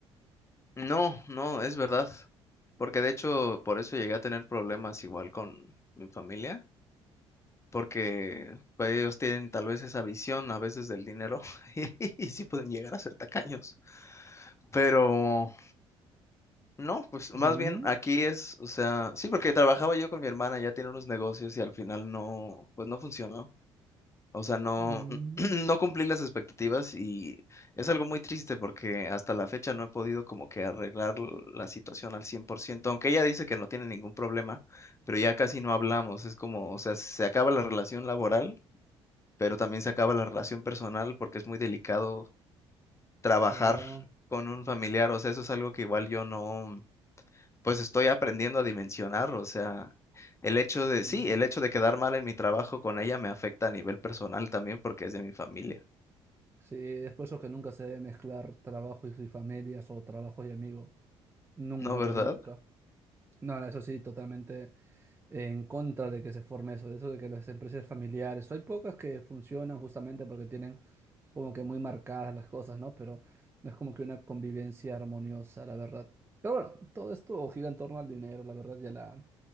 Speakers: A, on the left; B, on the right.
A: No, no, es verdad. Porque de hecho, por eso llegué a tener problemas igual con mi familia. porque pues, ellos tienen tal vez esa visión a veces del dinero <laughs> y sí pueden llegar a ser tacaños. Pero no, pues más
B: Mm,
A: bien aquí es, o sea, sí, porque trabajaba yo con mi hermana, ya tiene unos negocios y al final no, pues no funcionó. O sea, no,
B: mm,
A: <clears throat> no cumplí las expectativas y es algo muy triste porque hasta la fecha no he podido como que arreglar la situación al cien por ciento aunque ella dice que no tiene ningún problema, pero ya casi no hablamos, es como, o sea, se acaba la relación laboral pero también se acaba la relación personal porque es muy delicado trabajar
B: ah,
A: con un familiar, o sea, eso es algo que igual yo no, pues estoy aprendiendo a dimensionar, o sea, el hecho
B: mm.
A: de, sí, el hecho de quedar mal en mi trabajo con ella me afecta a nivel personal también porque es de mi familia,
B: Sí, es después eso que nunca se debe mezclar trabajo y y familias o trabajo y amigos. Nunca,
A: ¿no, verdad?
B: pero nunca. No, no, eso sí, totalmente en contra de que se forme eso, de eso de que las empresas familiares, hay pocas que funcionan justamente porque tienen como que muy marcadas las cosas, ¿no? Pero no es como que una convivencia armoniosa, la verdad. Pero bueno, todo esto gira en torno al dinero, la verdad, y a la